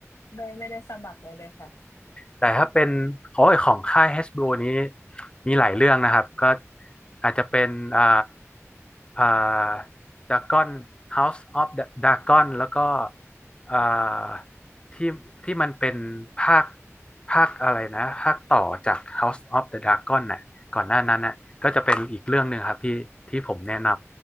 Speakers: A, on the left (about 75°); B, on the left (about 20°).
A: ไม่ไม่ได้สมัครเลยเลยค่ะ
B: แต่ถ้าเป็นโอ้ยของค่าย HBO นี้มีหลายเรื่องนะครับก็อาจจะเป็นอ่าอ่า Dragon House of the Dragon แล้วก็อ่าที่ที่มันเป็นภาคภาคอะไรนะภาคต่อจาก House of the Dragon น่ะก่อนหน้านั้นน่ะก็จะเป็นอีกเรื่องหนึ่งครับที่ที่ผมแนะน